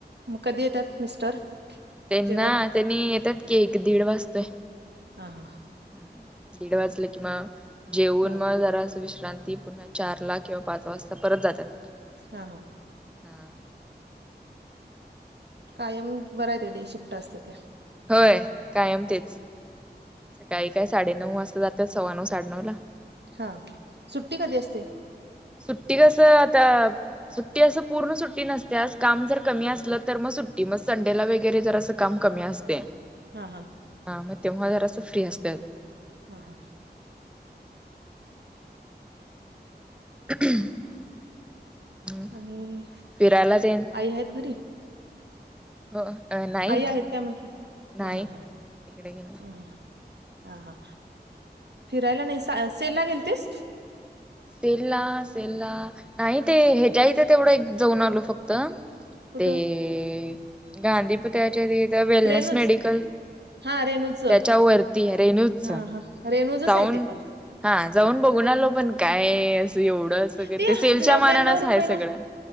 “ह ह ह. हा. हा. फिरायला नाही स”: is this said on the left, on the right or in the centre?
Right